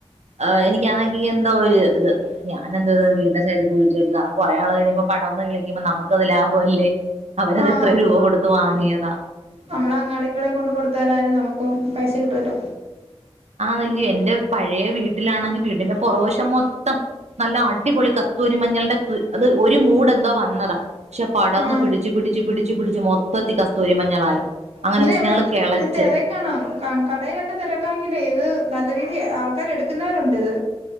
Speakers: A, on the right; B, on the right.
A: ആ എിക്കാണെങ്കിൽ എന്തോ ഒരു ഇത് ഞാനെന്തോ ഇ വീടിന്റെ സൈഡിൽ കുഴിച്ചച്ച് വെച്ചു കാരണം കൊറെ ആൾ കഴിയുമ്പോ. പടർന്ന് കളിക്കുമ്പോ നമുക്കത് ലാഭം അല്ലേ അവരത്
B: ആഹ്
A: എത്ര രൂപ കൊടുത്ത് വാങ്ങിയതാ.
B: നമ്മളെ അങ്ങാടിക്കള കൊണ്ട് കൊടുത്താലും നമുക്ക് പൈസ കിട്ടുവല്ലോ.
A: ആ നല്ലയ എൻറെ പഴയ വീട്ടിലാണെങ്കി വീടിന്റെ പുറവശം മൊത്തം. നല്ല അടിപൊളി കസ്തൂരിമഞ്ഞളിന്റെ അത് ഒരു മൂട് എന്തോ വന്നതാ പക്ഷെ പടർന്ന്
B: ആഹ്
A: പിടിിച്ചച്ച് പിടി.. പി പിിച്ച പിച്ചച്ച് മൊത്തത്തി കസ്തൂരി മഞ്ഞളായി അങ്ങനെ..
B: ഇങ്ങനെ എവിടെലും
A: ഞങ്ങള് കിളച്ച്
B: തിരക്കണം കടയിലൊക്കെ തിരക്കാമെങ്കിലേ ഇത് നല്ല രീതി ആൾക്കർ എടു.. നിക്കുന്നവരുണ്ട് ഇത്